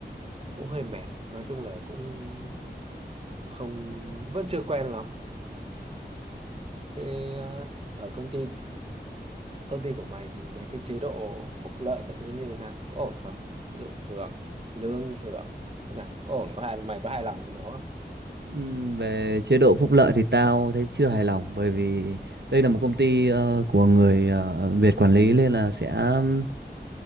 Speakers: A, on the right; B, on the right.
A: cũng hơi mệt nói chung là cũng không vẫn chưa quen lắm thế à, ở công ty công ty của mày thì mấy cái chế độ phúc lợi các thứ như nào có ổn không ví dụ thưởng lương thưởng thế nào có ổn có hài mày có hài lòng với nó không?
B: Ừm, Về chế độ phúc lợi thì tao thấy chưa hài lòng bởi vì đây là một công ty ờ, của người ờ, Việt quản lý nên là sẽ ừm,